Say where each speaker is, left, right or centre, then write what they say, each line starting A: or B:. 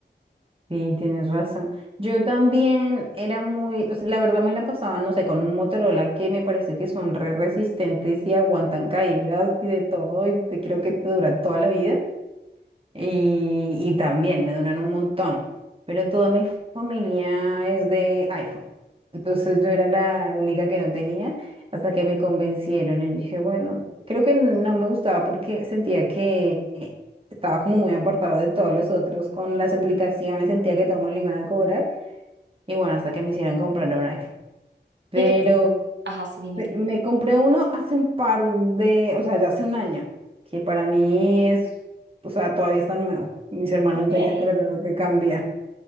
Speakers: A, on the right; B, on the right.
A: Sí, tienes razón. Yo también era muy, o sea, la verdad me la pasaba, no sé, con un Motorola que me parece que son re resistentes y aguantan caídas y de todo, y te- creo que te dura toda la vida y, y también me duran un montón, pero toda mi familia es de iPhone. Entonces yo era la única que no tenía hasta que me convencieron. Y dije, bueno, creo que no me gustaba porque sentía que eh, estaba como muy apartado de todos los otros con las aplicaciones, sentía que todo me lo iban a cobrar. Y bueno, hasta que me hicieron comprar un iPhone. Pero
B: ¿Qué crees? Ajá, sí, dime.
A: me
B: dime.
A: me compré uno hace un par de, o sea, ya hace un año, que para mí es, o sea, todavía está nuevo. Mis hermanos
B: Ok.
A: ya dicen que lo tengo que cambiar.